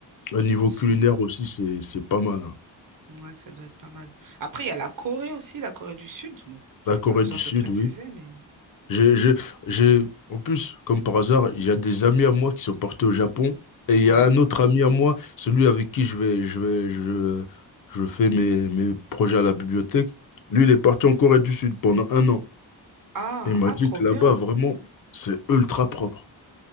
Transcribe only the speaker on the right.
je
pense.
euh,
Ouais, ça doit être pas mal. Après, il y a la Corée aussi, la Corée du Sud. Bon, j'ai
pas besoin
de préciser,
mais
ouais.
Ah,
ah,
trop
bien.